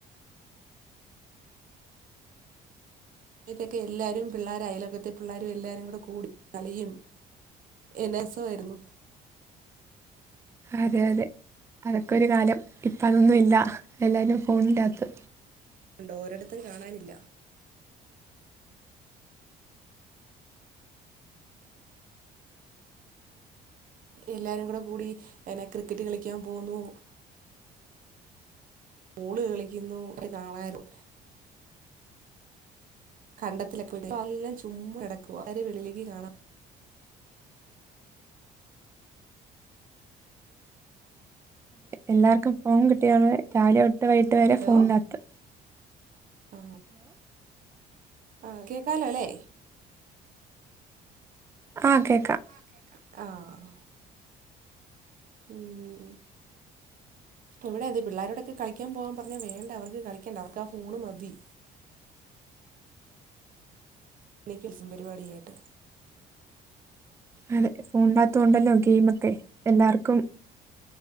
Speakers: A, on the right; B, on the right.
A: അത്തൊക്കെ എല്ലാരും പിള്ളാരും അലൊകത്തെ പിള്ളേരും എല്ലാരും കൂടെ കൂടി കളിയും എന്തെ സായിരുന്നു
B: അതെ അതെ അതൊക്കെ ഒരു കാലം ഇപ്പം അതൊന്നുമല്ല എല്ലാവരും ഫോണി്കത്ത്
A: ണ്ടോ ഓരിടത്തും കാണാനില്ല എല്ലാരും കൂടെ കൂടി എന്ന ക്രിക്കറ്റ് കളിക്കാൻ പോകുന്നു ബോള് കളിക്കുന്നു ഒ കാണാരുന്നു കണ്ടത്തിലൊക്കെ പോ എല്ലാം ചുമ്മ കടക്കുവ അവരെ വെളിയിലേക്ക് കാണാൻല്ല
B: എല്ലാർക്കും ഫോൺ കിട്ടിയ രാവെ ഒട്ട് വൈകിട്ട് വരെ
A: ഹലോ
B: ഫോൺ നാത്ത്
A: ആ ആ കേക്കാലോ അല്ലേ
B: ആഹ കേക്കാം
A: ആഹ ഉം ഇവിടെ അതെ പിള്ളോരരോടൊക്കെ കളിക്കാൻ പോകാൻ പറഞ്ഞാ വേണ്ട അവർക്ക് കളിക്കണ്ട അവർക്ക് ആ ഫോണ് മതി എനിക്കസും പരിപാടിയായിട്ട്
B: അതെ ഫോൺ നാത്തുംണ്ടല്ലോ ഗെയിമ ഒക്കെ എല്ലാവർക്കും